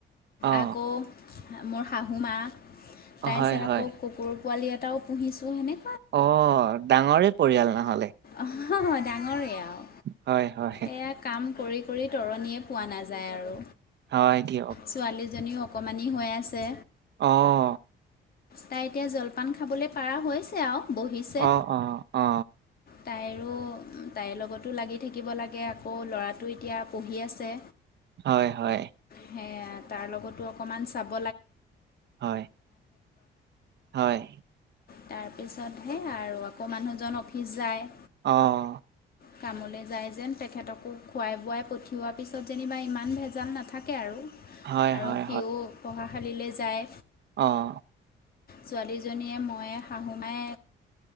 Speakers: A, on the right; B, on the left.
A: অ
B: আকৌ মোৰ শাহু মা তাৰপিছত
A: হয় হয়
B: আকৌ কুকুৰ পোৱালি এটাও পুহিছোঁ হেনে
A: অ ডাঙৰে পৰিয়াল নহ'লে
B: অ ডাঙৰে আৰু
A: হয় হয়
B: সয়া কাম কৰি কৰি তৰণীয়ে পোৱা নাযায় আৰু
A: হয় দিয়ক
B: ছোৱালীজনীও অকণমানেই হৈ আছে
A: অ
B: তাই এতিয়া জলপান খাবলৈ পৰা হৈছে আৰু বহিছে
A: অ অ অ
B: তাইৰো তাইৰ লগতো লাগি থাকিব লাগে আকৌ ল'ৰাটো এতিয়া পঢ়ি আছে
A: হয় হয়
B: সে তাৰ লগতো অকণমান চাব
A: হয় হয়
B: তাৰপিছতহে আৰু আকৌ মানুহজন অফিচ যায়
A: অঁ
B: কামলৈ যায় যেন তেখেতকো খোৱাই বোৱাই পঠিওৱা পিছত যেনিবা ইমান ভেজাল নাথাকে আৰু
A: হয়,
B: আৰু
A: হয়,
B: সিও পঢ়াশালীলে যায়
A: অঁ
B: ছোৱালীজনীয়ে মই শাহুমাই